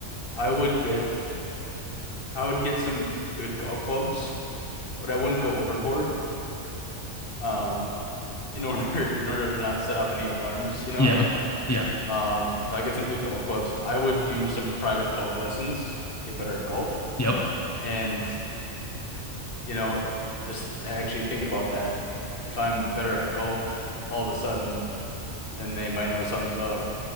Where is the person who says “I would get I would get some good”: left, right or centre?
Left